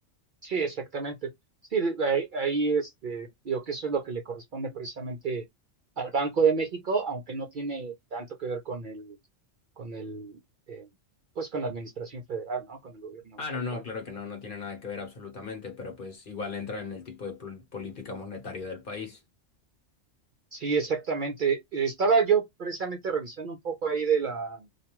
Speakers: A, on the right; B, on the left.
A: Sí, exactamente. Sí, de- ahí, ahí, este, digo que eso es lo que le corresponde precisamente al Banco de México, aunque no tiene tanto que ver con el, con el, eh, pues con la administración federal, ¿no? Con el gobierno
B: Ah,
A: tal
B: no, no,
A: cual.
B: claro que no, no tiene nada que ver absolutamente, pero pues igual entra en el tipo de pol- política monetaria del país.
A: Sí, exactamente. Estaba yo precisamente revisando un poco ahí de la,